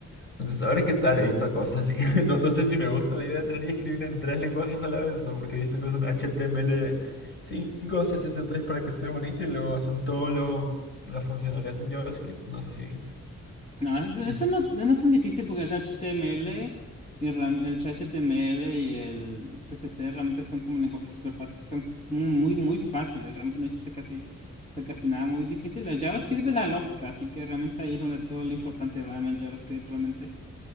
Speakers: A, on the left; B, on the left.
A: Entonces, a ver qué tal, he visto cosas <laughs> y no, no sé si me gusta la idea de tener que escribir en tres lenguajes a la vez, ¿no? Porque he visto que usan HTML5, css tres para que esté bonito y luego hacen todo lo, la funcionalidad en JavaScript. No sé si...
B: No, eso eso
A: <laughs>
B: no, no es no tan difícil porque el HTML y real- el HTML y el CSS realmente son como lenguajes súper fáciles, son muy, muy fáciles, realmente no existe casi hacer casi nada muy difícil. El JavaScript es la lógica, así que realmente ahí es donde todo lo importante va en el JavaScript realmente.